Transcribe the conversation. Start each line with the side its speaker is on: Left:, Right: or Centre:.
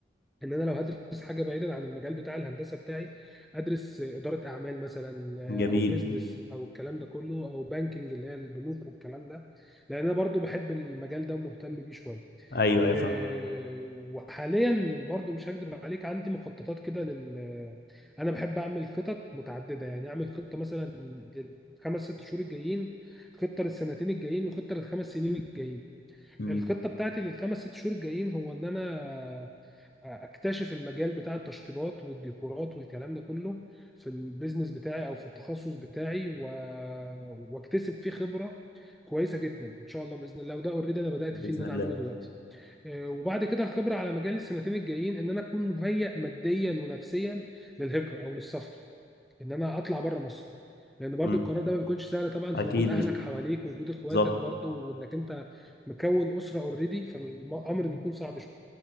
Centre: ان انا لو هدرس حاجه بعيدا عن المجال بتاع الهندسه بتاعي ادرس اداره اعمال مثلا آه،
Left: جميل
Centre: او بيزنس او الكلام ده كله او بانكينج اللي هي البنوك والكلام ده لان انا برضو بحب المجال ده ومهتم بيه شويه
Left: أيوه
Centre: إيه،
Left: أيوه فاهم
Centre: وحاليا برضو مش هكدب عليك عندي مخططات كده لل آه، انا بحب اعمل خطط متعدده يعني اعمل خطه مثلا للخمس ست شهور الجايين خطه للسنتين الجايين وخطه للخمس سنين الجايين
Left: مم،
Centre: الخطه بتاعتي للخمس ست شهور الجايين هو ان انا اكتشف المجال بتاع التشطيبات والديكورات والكلام ده كله في البيزنس بتاعي او في التخصص بتاعي و... واكتسب فيه خبره كويسه جدا ان شاء الله باذن الله وده اوريدي انا بدات
Left: بإذن
Centre: فيه ان انا
Left: الله
Centre: اعمله دلوقتي آه، وبعد كده الخبره على مجال السنتين الجايين ان انا اكون مهيئ ماديا ونفسيا للهجره او للسفر ان انا اطلع بره مصر لان برضو
Left: مم،
Centre: القرار ده ما بيكونش سهل طبعا
Left: أكيد
Centre: في وجود اهلك
Left: مش
Centre: حواليك ووجود اخواتك
Left: بالظبط
Centre: برضو وانك انت مكون اسره اوريدي فالامر بيكون صعب